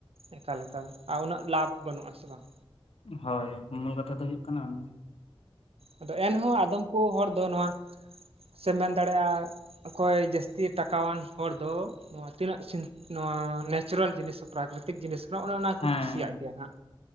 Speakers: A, on the right; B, on the left.
A: ᱮᱠᱟᱞ ᱮᱠᱟᱞ ᱟᱨ ᱩᱱᱟᱹᱜ ᱞᱟᱵᱷ ᱵᱟᱹᱱᱩᱜ ᱟᱥᱮ ᱵᱟᱝ?
B: ᱦᱳᱭ ᱢᱩᱞ ᱠᱟᱛᱷᱟ ᱫᱚ ᱦᱩᱭᱩᱜ ᱠᱟᱱᱟ ᱚᱱᱮ᱾
A: ᱟᱫᱚ ᱮᱱᱦᱚᱸ ᱟᱫᱚᱢ ᱠᱚ ᱦᱚᱲ ᱫᱚ ᱱᱚᱣᱟ ᱥᱮ ᱢᱮᱱ ᱫᱟᱲᱮᱭᱟᱜᱼᱟ ᱚᱠᱚᱭ ᱡᱟᱹᱥᱛᱤ ᱴᱟᱠᱟᱣᱟᱱ ᱦᱚᱲ ᱫᱚ ᱱᱚᱣᱟ ᱛᱤᱱᱟᱹᱥᱤᱱ ᱱᱚᱣᱟ ᱱᱮᱪᱟᱨᱟᱞ ᱡᱤᱱᱤᱥ ᱯᱨᱟᱠᱨᱤᱛᱤᱠ ᱡᱤᱱᱤᱥ ᱠᱟᱱᱟ ᱚᱱᱮ ᱚᱱᱟᱠᱚ
B: ᱦᱮᱸ
A: ᱠᱩᱥᱤᱭᱟᱜ ᱜᱮᱭᱟ ᱦᱟᱸᱜ᱾